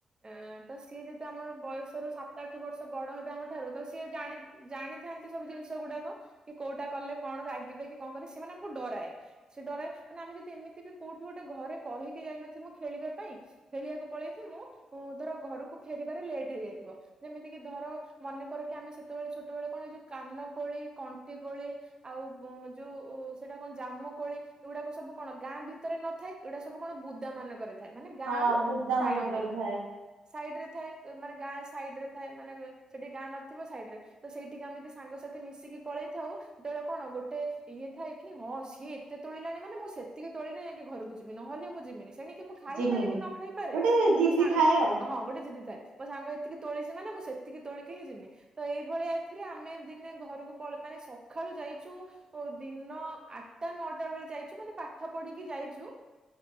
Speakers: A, on the right; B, on the right.
A: ଅ ତ ସିଏ ଯି ତ ଆମର ବୟସ ର ସାତ ଆଠ ବର୍ଷ ବଡ ହେବେ ଆମ ଠାରୁ ତ ସିଏ ଜା ଜାଣିଥାନ୍ତି ସବୁ ଜିନିଷ ଗୁଡାକ। କି କୋଉଟା କଲେ କଣ ରାଗିବେ କି କଣ କିବରେ ସେମାନେ ଆମକୁ ଡରାଏ। ସେ ଡରାଏ ମାନେ ଆମେ ଯଦି ଏମିତି ବି କୋଉଠି ଗୋଟେ ଘରେ କହିକି ଯାଇନଥିବୁ ଖେଳିବା ପାଇଁ ଖେଳିବାକୁ ପଳେଇଥିଲି ମୁଁ ତର ଘରକୁ ଫେରିବାରେ ଲେଟ୍ ହେଇଯାଇଥିବ। ଯେମିତିକି ଧର ମନେକର କି ଆମେ ସେତେବେଳେ ଛୋଟବେଳେ କଣ ହେଇଛୁ କାନ କୋଳି କଣ୍ଟି କୋଳି ଆଉ ଯୋଉ ସେଇଟା କଣ ଜାମୁକୋଳି ଏଗୁଡାକ ସବୁ କଣ ଗାଁ ଭିତରେ ନଥାଏ। ଏଗୁଡା ସବୁ କଣ ବୁଦା ମାନଙ୍କ ରିରେଥାଏ ମାନେ ଗାଁ
B: ହଁ
A: ର
B: ବୁଦା
A: ସାଇଡ
B: ମାନଙ୍କର
A: ରେ।
B: ଥାଏ
A: ସାଇଡ ରେ ଥାଏ ମାନେ ଗାଁ ସାଇଡ ରେ ଥାଏ ମାନେ ସେଠି ଗାଁ ନଥିବ ସାଇଡ ରେ। ତ ସେଇଠିକି ଆମେ ଯଦି ସାଙ୍ଗସଥି ମିଶିକି ପଳେଇ ଥାଉ ସେତେବେଳେ କଣ ଗୋଟେ ଇଏ ଥାଏ କି ହଁ ସିଏ ଏତେ ତୋିଲାଣି ମାନେ ମୁଁ ସେତିକି ତୋଳିିଲଣି ଆ ଘରକୁ ଯିବି। ମି ନହେଲେ ମୁଁ ଯିମିନି ସେଣିକି ମୁଁ ଖାଇପାରେ
B: ଜିମିନି
A: କି ନ ଖାଇପାରେ
B: ଗୋଟେ
A: କିନ୍ତୁ
B: ଜିଦି
A: ମୋ ସାଙ୍ଗ
B: ଥାଏ ଆଉ।
A: ହଁ ଗୋଟେ ଜିଧି ଥାଏ। ମୋ ସାଙ୍ଗ ଏତିକି ତୋଳିଛିି ମାନେ ମୁଁ ସେତିକି ତୋଳିକି ହିଁ ଯିମି ତ ଏଇଭଳିଆ ଏଥିରେ ଆମେ ଦିନେ ଘରକୁ। ପଳେଇ ମାନେ ସକାଳୁ ଯାଇଛୁ। ଓ ଦିନ ଆଠଟା ନଅଟା ବେଳେ ଯାଇଛୁ ମାନେ ପାଠ ପଢିକି ଯାଇଛୁ।